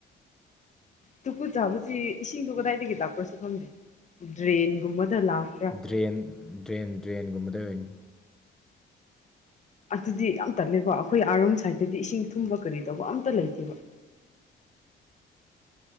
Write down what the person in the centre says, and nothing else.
ꯗ꯭ꯔꯦꯟ ꯗ꯭ꯔꯦꯟ ꯗ꯭ꯔꯦꯟꯒꯨꯝꯕꯗ ꯑꯣꯏꯅꯤ